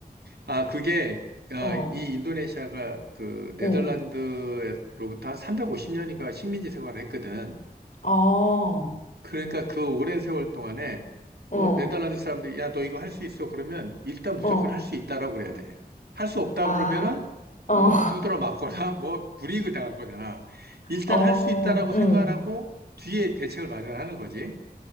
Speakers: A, on the right; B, on the left.
A: 아, 그게, 아,
B: 어.
A: 이 인도네시아가 그 네덜란드로부터
B: 응.
A: 한 350년인가 식민지 생활을 했거든.
B: 어. 어.
A: 그러니까 그 오랜 세월 동안에
B: 어.
A: 뭐 네덜란드 사람들이 야, 너 이거 할 수 있어. 그러면 일단 무조건
B: 어.
A: 할 수 있다라고 그래야 돼. 할 수 없다
B: 아.
A: 그러면은
B: 어.
A: 뭐 두드러 맞거나 <laughs> 뭐 불이익을 당할 거잖아.
B: <laughs>
A: 일단
B: 어.
A: 할 수 있다라고
B: 응.
A: 생각을 하고 뒤에 대책을 마련하는 거지.